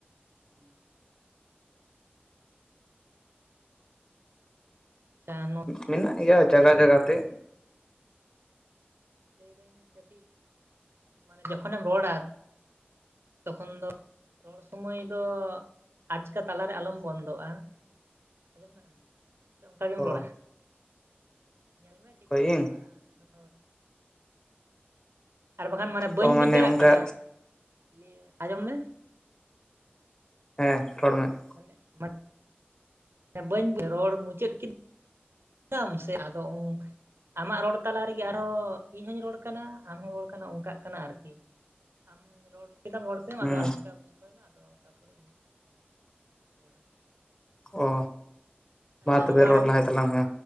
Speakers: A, on the right; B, on the left.
A: ᱦᱩᱸ᱾ ᱟᱪᱷᱟ ᱾
B: ᱢᱮᱱᱟᱜ ᱜᱮᱭᱟ ᱡᱟᱜᱟ ᱡᱟᱜᱟ ᱛᱮ
A: ᱞᱟᱹᱭᱫᱟᱹᱧ ᱠᱟᱹᱴᱤᱡ ᱢᱟᱱᱮ ᱡᱚᱠᱷᱚᱱᱮᱢ ᱨᱚᱲᱟ ᱾ ᱛᱚᱠᱷᱚᱱ ᱫᱚ ᱾ ᱨᱚᱲ ᱥᱩᱢᱟᱹᱭ ᱫᱚ ᱟᱪᱠᱟ ᱛᱟᱞᱟᱨᱮ ᱟᱞᱚᱢ ᱵᱚᱱᱫᱚᱜᱼᱟ ᱾ ᱟᱸᱡᱚᱢ ᱫᱟᱢ ᱥᱮ ᱚᱱᱠᱟ ᱜᱮᱢ
B: ᱚ
A: ᱨᱚᱲᱟ? ᱧᱮᱞ ᱢᱮ ᱪᱮᱫ ᱞᱮᱠᱟᱢ
B: ᱚᱠᱚᱭ
A: ᱨᱚᱲ
B: ᱤᱧ
A: ᱫᱟᱲᱮᱭᱟᱜ-ᱟ ᱾ ᱟᱨ ᱵᱟᱠᱷᱟᱱ ᱢᱟᱱᱮ ᱵᱟᱹᱧ
B: ᱚ
A: ᱵᱩᱡᱽ ᱫᱟᱲᱮᱭᱟᱜ
B: ᱚᱱᱠᱟ
A: ᱠᱟᱱᱟ ᱞᱟᱹᱭ ᱟᱸᱡᱚᱢ ᱢᱮ
B: ᱦᱮᱸ ᱨᱚᱲ ᱢᱮ ᱾
A: ᱢᱟᱱᱮ <inaudible> ᱵᱟᱹᱧ ᱨᱚᱲ <unintelligible> ᱢᱩᱪᱟᱹᱫ ᱠᱮᱫᱟᱟᱢ ᱥᱮ ᱟᱫᱚ ᱟᱢᱟᱜ ᱨᱚᱲ ᱛᱟᱞᱟ ᱨᱮᱜᱮ ᱟᱨᱦᱚᱸ ᱤᱧ ᱦᱚᱧ ᱨᱚᱲ ᱠᱟᱱᱟ ᱟᱢ ᱦᱚᱸᱢ ᱨᱚᱲ ᱠᱟᱱᱟ ᱚᱱᱠᱟᱜ ᱠᱟᱱᱟ ᱟᱨᱠᱤ᱾ ᱟᱢ ᱨᱚᱲ ᱠᱮᱫᱟᱢ ᱨᱚᱲ ᱠᱮᱫᱟᱢ
B: ᱦᱩᱸ
A: ᱟᱫᱚ ᱟᱪᱠᱟ ᱵᱚᱱᱫᱚᱭ ᱢᱮ ᱟᱫᱚ ᱛᱟᱨᱯᱚᱨᱮ ᱤᱧ ᱨᱚᱲᱟ
B: ᱚ
A: ᱟᱪᱪᱷᱟ
B: ᱢᱟ ᱛᱚᱵᱮ
A: ᱱᱚᱣᱟ
B: ᱨᱚᱲ ᱞᱟᱦᱟᱭ ᱛᱟᱞᱟᱝ ᱢᱮ